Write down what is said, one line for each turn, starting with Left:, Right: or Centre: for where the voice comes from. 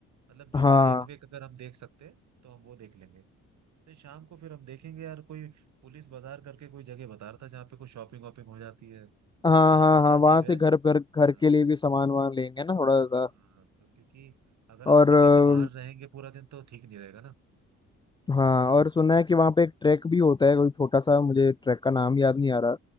Right: मतलब जो
Left: हाँ
Right: भी लेक वेक अगर हम देख सकते हैं तो हम वो देख लेंगे फिर शाम को फिर हम देखेंगे यार कोई पुलिस बाजार करके कोई जगह बता रहा था जहाँ पे कोई शॉपिंग वॉपिंग हो जाती है
Left: हाँ
Right: नाम
Left: हाँ
Right: थोड़ा
Left: हाँ
Right: अजीब
Left: वहां से
Right: है
Left: घर घर घर
Right: हाँ
Left: के लिए भी सामान वामान लेंगे ना थोड़ा सा
Right: हाँ तो क्योंकि अगर हम
Left: और
Right: सिटी
Left: अ,
Right: से बाहर रहेंगे पूरा दिन तो ठीक नहीं रहेगा ना
Left: हाँ और सुना है कि वहाँ पे एक ट्रैक भी होता है कोई छोटा सा मुझे ट्रैक का नाम याद नहीं आ रहा